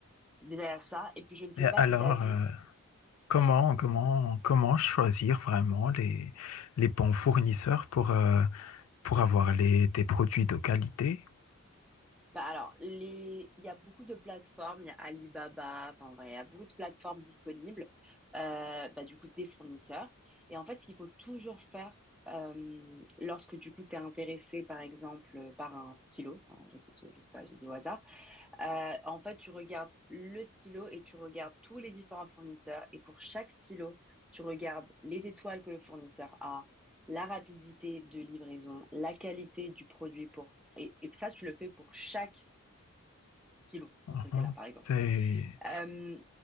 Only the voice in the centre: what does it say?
Déjà, il y a ça. Et puis, je ne sais
pas
si tu as vu
Bah alors, les... il y a beaucoup de plateformes, il y a Alibaba, enfin, en vrai, il y a beaucoup de plateformes disponibles, euh, bah, du coup, des fournisseurs. Et en fait, ce qu'il faut toujours faire euh, lorsque, du coup, tu es intéressé, par exemple, euh, par un stylo, hein, écoute, je sais pas, j'ai dit au hasard, euh, en fait, tu regardes le stylo et tu regardes tous les différents fournisseurs. Et pour chaque stylo, tu regardes les étoiles que le fournisseur a, la rapidité de livraison, la qualité du produit pour... Et, et ça, tu le fais pour chaque stylo dans
ce cas-là, par exemple.
Euh,